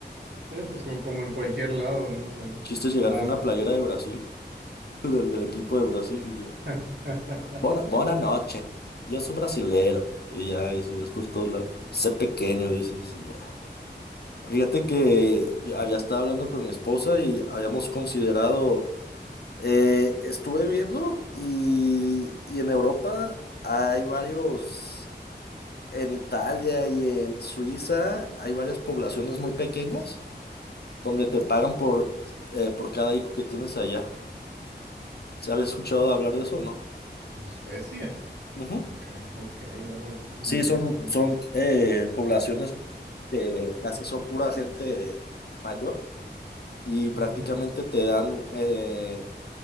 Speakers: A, on the right (about 80°); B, on the left (about 60°).
A: Sí, pues co- como en cualquier lado, ¿no? O sea,
B: El chiste es llegar
A: va.
B: con una playera de Brasil, <laughs> del, del equipo de Brasil y ya.
A: <laughs>
B: Bona, buena noche. Yo soy brasilero. Y ya, y si ves por todos lados, sé pequeño, dices, y ya. Fíjate que yo había estado hablando con mi esposa y habíamos considerado Eh, estuve viendo y, y en Europa hay varios, en Italia y en Suiza hay varias poblaciones muy pequeñas donde
A: Ujú.
B: te pagan por, eh, por cada hijo que tienes allá. ¿Se había escuchado de hablar de eso, o no?
A: En Suecia.
B: Ujú.
A: Ok, ok, órale. No,
B: Sí,
A: no
B: son,
A: sabía.
B: son eh, poblaciones que casi son pura gente mayor y prácticamente
A: Ujú,
B: te dan eh,